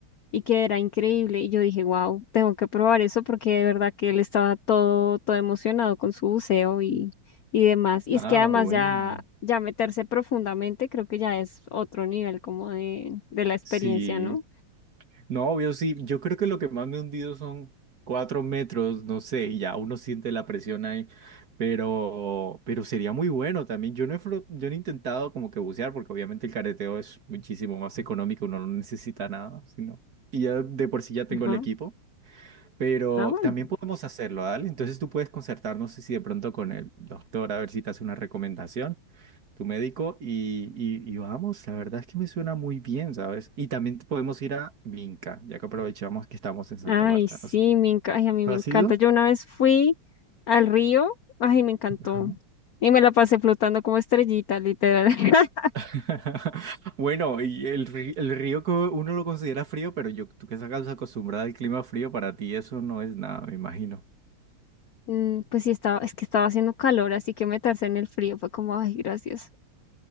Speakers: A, on the left; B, on the right.
A: y que era increíble. Y yo dije, wow, tengo que probar eso porque de verdad que él estaba todo, todo emocionado con su buceo y, y demás. Y
B: Ah,
A: es que además
B: bueno.
A: ya, ya meterse profundamente creo que ya es otro nivel como de, de la experiencia,
B: Sí.
A: ¿no?
B: No, obvio, sí. Yo creo que lo que más me he hundido son cuatro metros, no sé, y ya uno siente la presión ahí. Pero, pero sería muy bueno también. Yo no he, flo- yo no he intentado como que bucear, porque obviamente el careteo es muchísimo más económico, uno no necesita nada, sino. Y ya de por sí ya tengo
A: Ajá.
B: el equipo. Pero
A: Ah, bueno.
B: también podemos hacerlo, ¿dale? Entonces tú puedes concertar, no sé si de pronto con el doctor, a ver si te hace una recomendación tu médico y, y, y vamos, la verdad es que me suena muy bien, ¿sabes? Y también te podemos ir a Vinca, ya que aprovechamos que estamos en Santa
A: Ay,
B: Marta,
A: sí,
B: no sé.
A: me enca- ay, a mí
B: ¿Tú
A: me
B: has
A: encanta.
B: ido?
A: Yo una vez fui al río, ay, me encantó.
B: Ajá.
A: Y me la pasé flotando como estrellita, literal. <laughs>
B: <laughs> Bueno, y el, ri- el río que uno lo considera frío, pero yo, tú que estás acostumbrada al clima frío, para ti eso no es nada, me imagino.
A: Mm, Pues sí, estaba, es que estaba haciendo calor, así que meterse en el frío fue como, ay, gracias.